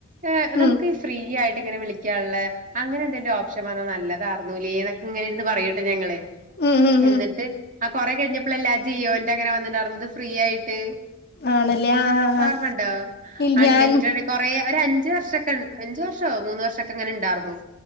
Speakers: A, on the right (about 40°); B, on the left (about 50°).
A: ഏഹ്
B: ഉം
A: നമുക്ക് ഫ്രീ ആയി ട്ടിങ്ങനെ വിളിക്കാള്ളെ അങ്ങനെന്തെലും ഓപ്ഷൻ വന്നാ നല്ലതാർന്നൂലേ എന്നൊക്കെ ഇങ്ങനിരുന്ന് പറയൂട്ട ഞങ്ങള്
B: ഉം ഉം
A: എന്നിട്ട്
B: ഉം
A: ആ കൊറേകഴിഞ്ഞപ്പളല്ലേ അ ജിയോന്റെ അങ്ങനെ വന്നിണ്ടായിരിന്നത് ഫ്രീ ആയിട്ട്
B: ആണല്ലേ ആ ആ ആ
A: ഓർമ്മെണ്ടോ
B: ഇൽ
A: അൺലിമിറ്റഡ്
B: ഞാൻ
A: കൊറേ ഒരഞ്ച് വർഷ ക്കണ്ട് അഞ്ച് വർഷോ മൂന്ന് വർഷൊക്കെ അങ്ങന ഇണ്ടാർ ന്നു